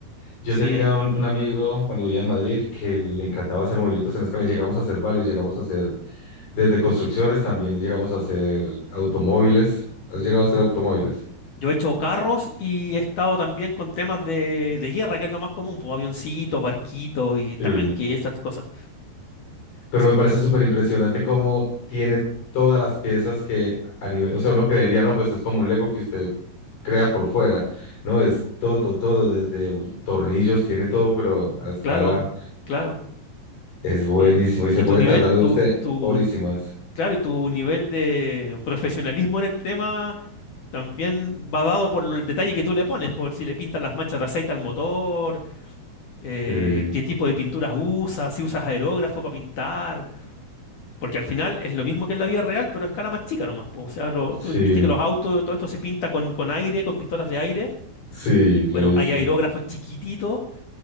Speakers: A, on the left (about 80°); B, on the left (about 60°).
A: Yo
B: sí.
A: tenía un, un amigo cuando vivía en Madrid que le encantaba hacer movimientos en escala. Llegamos a hacer varios, llegamos a hacer desde construcciones, también llegamos a hacer automóviles. ¿Has llegado a hacer automóviles?
B: Yo he hecho carros y he estado también con temas de, de guerra, que es lo más común, pues avioncitos, barquitos y
A: Sí.
B: tanques, esas cosas.
A: Pero
B: Sí,
A: me parece súper impresionante cómo tiene todas las piezas que a nivel, o sea, uno creería, ¿no? Pues es como un Lego que usted crea por fuera, ¿no? Es todo, todo, desde un- tornillos, tiene todo, pero a escala
B: claro, claro,
A: es buenísimo
B: sí.
A: y se
B: Y tu
A: puede
B: nivel,
A: tardar
B: tu,
A: usted
B: tu,
A: horísimas.
B: claro, y tu nivel de profesionalismo en el tema También va dado por el detalle que tú le pones, por si le pintas las manchas de aceite al motor, eh,
A: Sí,
B: qué tipo de pinturas usas, si usas aerógrafo para pintar, porque al final es lo mismo que en la vida real, pero a escala más chica nomás. po. O sea, lo-
A: sí,
B: tú viste que los autos, todo esto se pinta con, con aire, con pistolas de aire.
A: sí, lo
B: Bueno,
A: he visto.
B: hay aerógrafos chiquititos